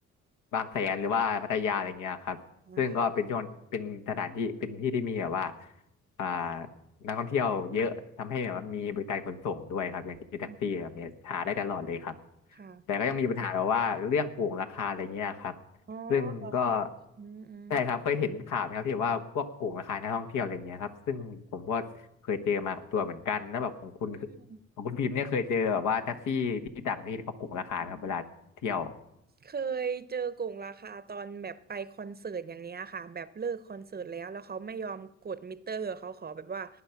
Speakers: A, on the left; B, on the right.
A: บางแสนหรือว่าพัทยาอะไรเงี้ยครับซึ่งก็เป็นช่วงเป็นสถานที่เป็นที่ที่มีแบบว่า
B: อ่าค่ะ
A: อ่านักท่องเที่ยวเยอะทำให้แบบว่ามีบริการขนส่งด้วยครับอย่างที่แท็กซี่แบบเนี้ยหาได้ตลอดเลยครับ
B: อืมค่ะ
A: แต่ก็ยังมีปัญหาแบบว่าเรื่องโกงราคาอะไรเงี้ยครับ
B: อ๋อเหรอค่ะอืมอืม
A: ซึ่งก็ใช่ครับเคยเห็นข่าวไหมครับที่แบบว่าพวกโกงราคานักท่องเที่ยวอะไรเงี้ยครับซึ่งผมก็เคยเจอมากับตัวเหมือนกันแล้วแบบของคุณ
B: อืม
A: ของคุณพิมพ์เนี่ยเคยเจอแบบว่าแท็กซี่ที่ต่างประเทศเขาโกงราคาไหมครับเวลาเที่ยว
B: เคยเจอกงราคาตอนแบบไปคอนเสิร์ตอย่างเนี้ยค่ะแบบเลิกคอนเสิร์ตแล้วแล้วเขาไม่ยอมกดมิเตอร์เขาขอแบบว่า